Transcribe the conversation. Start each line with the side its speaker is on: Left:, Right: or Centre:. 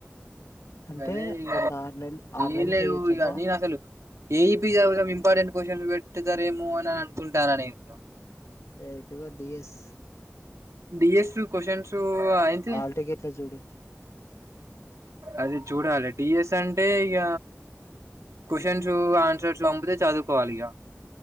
Left: అంటే
Right: గదే ఇగ
Left: ఒక ఆరు నెల్లు ఆరు
Right: ఏం
Left: నెలలు
Right: లేవు
Left: చెయొచ్చంట
Right: ఇగ నేను అసలు ఏఈపీ చదువుందాం ఇంపార్టెంట్ క్వశ్చన్ పెట్టుతారేమో అని అనుకుంటానను నేను.
Left: డైరెక్ట్ గా డిఎస్
Right: డిఎస్ క్వషన్సు అయితే
Left: ఆల్ టికెట్లో చూడు
Right: అది చూడాలి డిఎస్ అంటే ఇగ క్వశ్చన్సు ఆన్సర్సు అమ్మితే చదువుకోవాలి ఇగా